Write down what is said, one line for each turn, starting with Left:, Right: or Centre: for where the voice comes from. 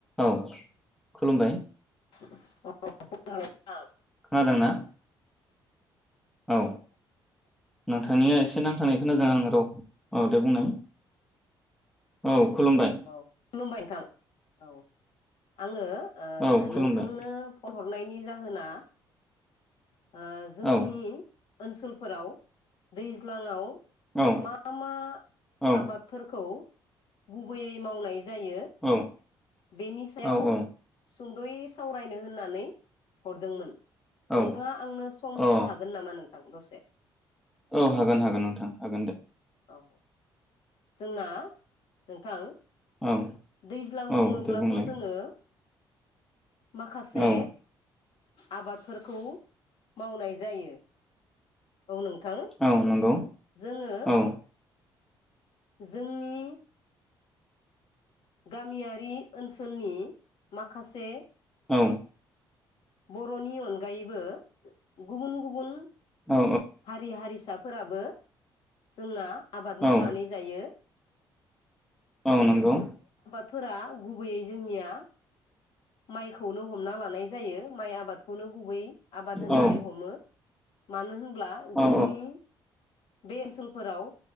Centre: औ खुलुमबाय
Left: <unintelligible>
Centre: खोनादों ना औ नोंथांनिया एसे नांथानाय खोनादों आङो रावखौ औ दे बुंनाय औ खुलुमबाय
Left: औ खुलुमबाय नोंथां औ आङो
Centre: औ
Left: नोंथांनो
Centre: खुलुमबाय
Left: फन हरनायनि जाहोना ओ जोंनि
Centre: औ
Left: ओनसोलफोराव दैज्लाङाव
Centre: औ
Left: मा मा
Centre: औ
Left: आबादफोरखौ गुबैयै मावनाय जायो
Centre: औ
Left: बेनि सायाव
Centre: औ
Left: सुंद'यै सावरायनो होननानै हरदोंमोन
Centre: औ
Left: नोंथाङा आंनो सम
Centre: औ
Left: होनो हागोन नामा नोंथां दसे
Centre: औ हागोन हागोन नोंथां हागोन दे
Left: औ जोंना नोंथां
Centre: औ
Left: दैज्लां
Centre: औ
Left: बुङोब्लाथ'
Centre: दे बुंलाय
Left: जोङो माखासे
Centre: औ
Left: आबादफोरखौ मावनाय जायो औ नोंथां
Centre: औ नंगौ
Left: जोङो
Centre: औ
Left: जोंनि गामियारि ओनसोलनि माखासे
Centre: औ
Left: बर'नि अनगायैबो गुबुन गुबुन
Centre: औ
Left: हारि हारि सा फोराबो जोंना आबाद मावनानै
Centre: औ
Left: जायो।
Centre: औ नंगौ
Left: फोरा गुबैयै जोंनिया माइखौनो हमना लानाय जायो माइ आबादखौनो गुबै आबाद होननानै
Centre: औ
Left: हमो मानो होन ब्ला जोंनि
Centre: औ
Left: बे ओनसोलफोराव